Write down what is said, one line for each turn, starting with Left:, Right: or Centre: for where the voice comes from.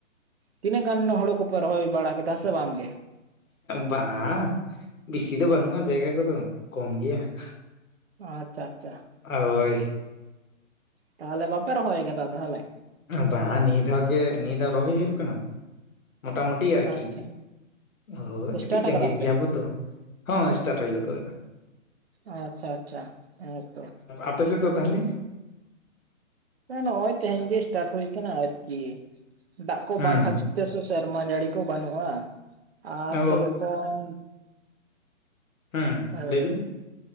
Right: ᱛᱤᱱᱟᱹᱜ ᱜᱟᱱ ᱦᱳᱲᱳ ᱠᱚᱯᱮ ᱨᱚᱦᱚᱭ ᱵᱟᱲᱟ ᱠᱮᱫᱟ ᱥᱮ ᱵᱟᱝ ᱜᱮ ᱾
Left: ᱵᱟᱝ ᱵᱮᱥᱤ ᱫᱚ ᱵᱟᱹᱱᱩᱜᱼᱟ, ᱡᱟᱭᱜᱟ ᱠᱚᱫᱚ ᱠᱚᱢ ᱜᱮᱭᱟ ᱾
Right: ᱟᱪᱪᱷᱟ, ᱟᱪᱪᱷᱟ ᱾
Left: ᱦᱳᱭ ᱾
Right: ᱛᱟᱦᱚᱞᱮ ᱵᱟᱯᱮ ᱨᱚᱦᱚᱭ ᱟᱠᱟᱫᱟ ᱛᱟᱦᱚᱞᱮ?
Left: ᱵᱟᱝ ᱱᱤᱭᱟᱹ ᱫᱷᱟᱣ ᱜᱮ ᱱᱤᱭᱟᱹ ᱫᱷᱟᱣ ᱨᱚᱦᱚᱭ ᱦᱩᱭᱩᱜ ᱠᱟᱱᱟ ᱾ ᱢᱚᱴᱟ ᱢᱩᱴᱤ ᱟᱨᱠᱤ
Right: ᱟᱪᱪᱷᱟ
Left: ᱦᱳᱭ ᱠᱟᱹᱴᱤᱡ
Right: ᱥᱴᱟᱴ
Left: ᱨᱮᱸᱜᱮᱡ
Right: ᱠᱟᱫᱟ ᱯᱮ
Left: ᱜᱮᱭᱟ ᱵᱚ ᱛᱚ ᱾ ᱦᱚᱸ ᱥᱴᱟᱨᱴ ᱦᱩᱭ ᱜᱚᱫᱚᱜ ᱠᱟᱱᱟ ᱾
Right: ᱟᱪᱪᱷᱟ, ᱟᱪᱪᱷᱟ ᱦᱮᱸ ᱛᱚ ᱾
Left: ᱟᱯᱮᱥᱮᱫ ᱫᱚ ᱛᱟᱦᱚᱞᱮ
Right: ᱱᱚᱜᱼᱚᱭ ᱛᱮᱦᱮᱧ ᱜᱮ ᱥᱴᱟᱨᱴ ᱦᱩᱭ ᱟᱠᱟᱱᱟ, ᱟᱨᱠᱤ ᱫᱟᱜ ᱠᱚ
Left: ᱦᱮᱸ
Right: ᱵᱟᱝ ᱠᱷᱟᱹᱛᱤᱨ ᱛᱮ ᱥᱮ ᱥᱮᱨᱢᱟ ᱡᱟᱹᱲᱤ ᱠᱚ ᱵᱟᱹᱱᱩᱜᱼᱟ, ᱟᱨ
Left: ᱚ
Right: ᱥᱮᱨᱚᱠᱚᱢ
Left: ᱦᱮᱸ
Right: ᱦᱳᱭ
Left: ᱞᱟᱹᱭᱵᱤᱱ
Right: ᱾